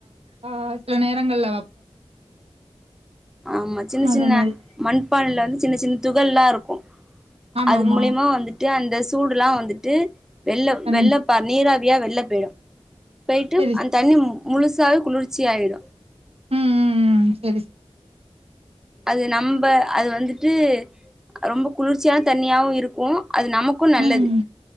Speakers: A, on the right (about 65°); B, in the centre.
A: ஆ சில நேரங்கள்ல
B: ஆமா சின்ன
A: அந்த
B: சின்ன
A: மாரி
B: மண்பானைல வந்து சின்ன சின்ன துகள்லா இருக்கு
A: ஆமா
B: அது
A: ஆமா
B: மூலியமா வந்துட் டு அந்த சூடுல்லா வந்துட்டு வெள்ள
A: பனஞ்சு
B: வெள்ளப்பா நீரா ஃப்ரீயா வெள்ள பேயிடும் பேய்ட்டு
A: சரி
B: அந்த
A: ஸ்
B: தண்ணி முழுசாவே குளிர்ச்சி ஆயிரு
A: ம் ம் ம் செரி
B: அது நம்ப அது வந்துட்டு ரொம்ப குளிர்ச்சியான தண்ணீயாவு இருக்கு அது நமக்கு நல்லது
A: ம்